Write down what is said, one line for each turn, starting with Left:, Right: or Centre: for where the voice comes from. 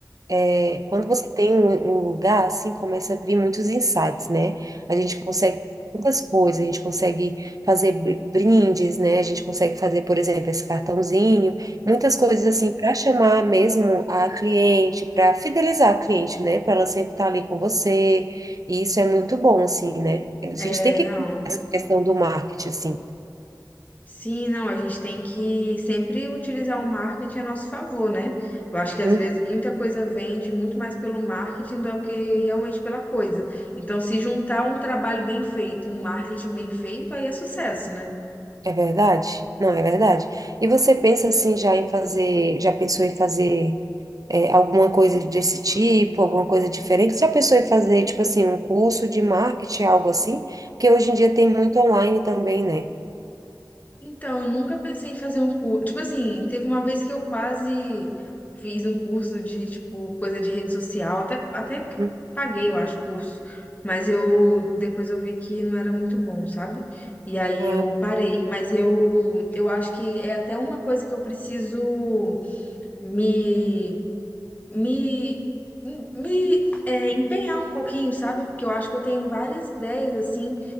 Right: é, quando você tem um, um lugar, assim, começa a vir muitos insights, né? A gente consegue muitas coisas, a gente consegue fazer br- brindes, né? A gente consegue fazer, por exemplo, esse cartãozinho, muitas coisas assim para chamar mesmo a cliente, para fidelizar a cliente, né? Para ela sempre estar ali com você. E isso é muito bom, assim, né? A
Left: É,
Right: gente tem que
Left: não.
Right: essa questão do marketing, assim.
Left: Sim, não, a gente tem que sempre utilizar o marketing a nosso favor, né? Eu acho que às
Right: Uhum.
Left: vezes muita coisa vende muito mais pelo marketing do que realmente pela coisa. Então, se juntar um trabalho bem feito e um marketing bem feito, aí é sucesso, né?
Right: É verdade? Não, é verdade. E você pensa assim já em fazer, já pensou em fazer é, alguma coisa desse tipo, alguma coisa diferente? Você já pensou em fazer, tipo assim, um curso de marketing, algo assim? Porque hoje em dia tem muito online também, né?
Left: Então, eu nunca pensei em fazer um curso. Tipo assim, teve uma vez que eu quase fiz um curso de, tipo, coisa de rede social. Até, até que
Right: Hum.
Left: paguei, eu acho, o curso. Mas eu depois eu vi que não era muito bom, sabe? E aí
Right: Ah,
Left: eu parei. Mas eu, eu acho que é até uma coisa que eu preciso me me, me é, empenhar um pouquinho, sabe? Porque eu acho que eu tenho várias ideias, assim,